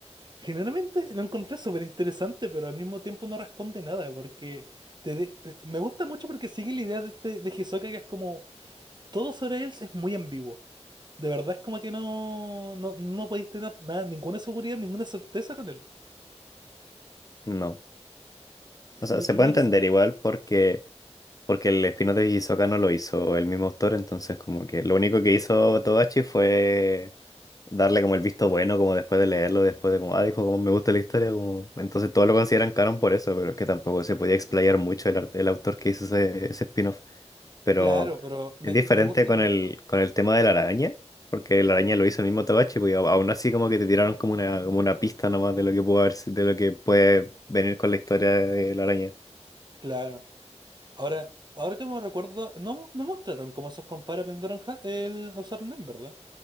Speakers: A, on the right; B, on the left.
A: generalmente lo encontré súper interesante, pero al mismo tiempo no responde nada, porque te de- eh, me gusta mucho porque sigue la idea de, este, de Hisoka que es como, todo sobre él es muy ambiguo. De verdad es como que no, no, no podéis tener nada, ninguna seguridad, ninguna certeza con él.
B: no.
A: Y,
B: O sea, se puede
A: y una
B: entender
A: cosa que,
B: igual porque, porque el spin-off de Hisoka no lo hizo el mismo autor, entonces como que lo único que hizo Togashi fue darle como el visto bueno, como después de leerlo, después de como, ah, dijo, como me gusta la historia, como... Entonces todos lo consideran canon por eso, pero es que tampoco se podía explayar mucho el, art- el autor que hizo ese, ese spin-off. pero
A: claro, pero me,
B: es diferente
A: me gustan
B: con
A: mucho.
B: el, con el tema de la araña, porque la araña lo hizo el mismo Togashi, pues, y au- aún así como que te tiraron como una, como una pista nomás de lo que pudo haber, si- de lo que puede venir con la historia de la araña.
A: Claro. Ahora, ahora que me recuerdo, no, mo- no mostraron cómo esos compadres aprendieron ja- el a usar NEM, ¿verdad?